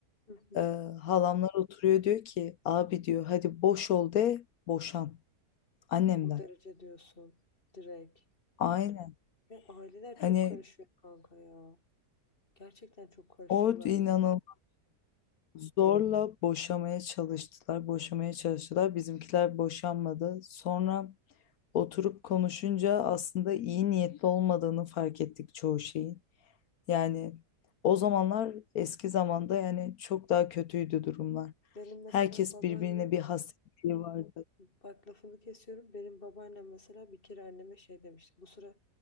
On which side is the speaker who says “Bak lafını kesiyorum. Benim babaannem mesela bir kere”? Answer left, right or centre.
Left